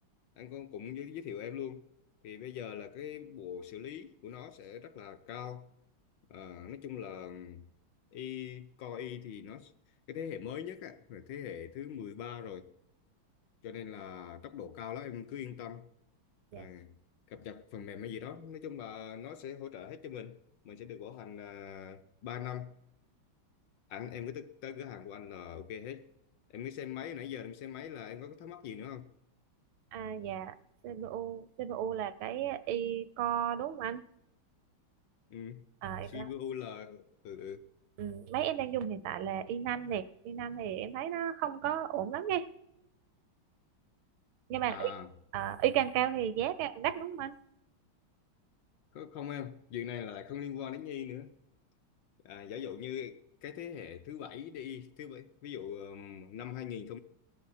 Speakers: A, on the left; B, on the right.
A: anh cũng cũng giới, giới thiệu em luôn. Thì bây giờ là cái bộ xử lý của nó sẽ rất là cao. Ờ, nói chung là y Core y thì nó cái thế hệ mới nhất á, là thế hệ thứ 13 rồi, cho nên là tốc độ cao lắm em cứ yên tâm. À,
B: dạ
A: cập nhật phần mềm hay gì đó, nói chung là nó sẽ hỗ trợ hết cho mình. Mình sẽ được bảo hành uh, 3 năm anh em cứ tới, tới cửa hàng của anh là ok hết em cứ xem máy nãy giờ em xem máy là em có thắc mắc gì nữa không
B: à dạ CPU CPU là cái i-core đúng không anh
A: ừ.
B: à, i-core.
A: CPU là ừ, ừ.
B: Ừ, mấy em đang dùng hiện tại là i năm này i năm thì em thấy nó không có ổn lắm nha nhưng mà
A: à
B: ý, ờ, ý càng cao thì giá càng đắt đúng không anh
A: có không em chuyện này là lại không liên quan đến Nhi nữa à, giả dụ như cái thế hệ thứ bảy đi thứ bảy ví dụ ừm, năm 2000